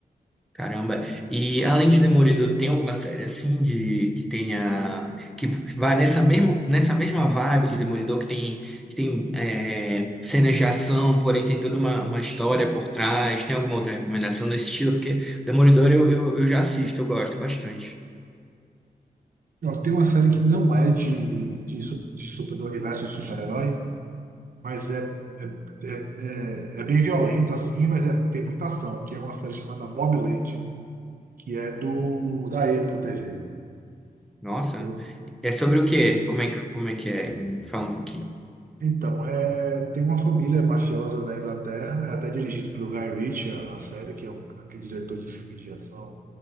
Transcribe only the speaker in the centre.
Caramba. E além de Demolidor, tem alguma série assim de que tenha que vai nessa mesmo nessa mesma vibe de Demolidor que tem que tem é, cenas de ação, porém tem toda uma, uma história por trás. Tem alguma outra recomendação nesse estilo? Porque Demolidor eu, eu, eu já assisto, eu gosto bastante.
Nossa.
É sobre o quê? Como é que como é que é? Me Fala um pouquinho.